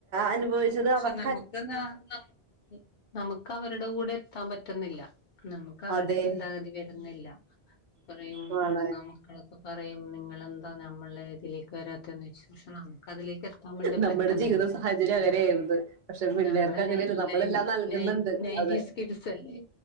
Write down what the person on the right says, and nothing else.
അനുഭവിച്ചത്
അവർ
അതെ
വളരെ
നമ്മുടെ
ജീവിത സാഹചര്യം അങ്ങനെയായിരുന്നു പക്ഷെ പിള്ളേർക്ക്
അങ്ങനെയല്ല
നമ്മളെല്ലാം
നൽകുന്നുണ്ട്
അതെ